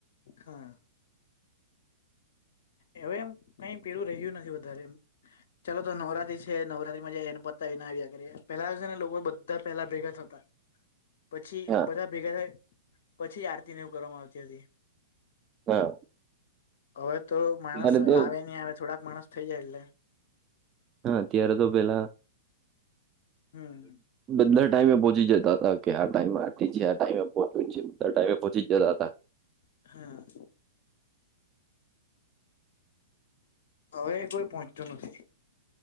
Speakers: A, on the left (about 60°); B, on the right (about 25°).
A: હા હવે એમ કઈ પેલું રહ્યું નથી વધારે એમ ચાલો તો નવરાત્રી છે નવરાત્રી માં જે એને પતા વિના આવ્યા કરીએ પેલાિવસે ને લોકો બધા પેલા ભેગા થ હતા પછી
B: હા
A: બધા ભેગા થાય પછી આરતીને એવું કરવામાં આવતી હતી
B: હા
A: હવે તો માણસ
B: ત્યારે
A: આવે
B: તો
A: નઈ આવે થોડાક માણસ થઇ જાય એટલે
B: હા અત્યારે તો પેલા
A: હમ
B: બધા ટાઈમે પહોંચી જતા હતા કે આ ટાઈમ આ છે આ ટાઈમે પહચ બધા ટાઈમે પહોચ જતા હતા
A: હા. હવે કોઈ પહોંચતું નથી.